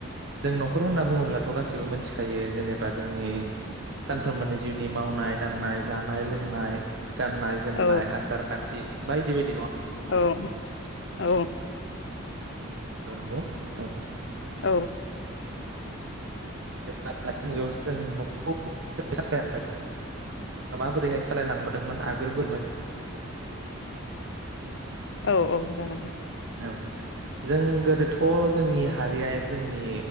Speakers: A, on the right; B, on the left.
A: जों न नखर होनना बुङोब्लाथ गासिबो मिथिखायो जेनेबा जोंनि सानफ्रोमबोनि जिउनि मावनाय दांनाय जानाय लोंनाय गाननाय जोमनाय
B: औ
A: आसार खान्थि बायदि बाय
B: औ औ।
A: नंगौ औ
B: औ।
A: <unintelligible> माबोरैहाय सालायलांबोदोंमोन आगोल <unintelligible>
B: औ औ जागोन।
A: औ जों गोदोथ जोंनि हारिया एबा जोंनि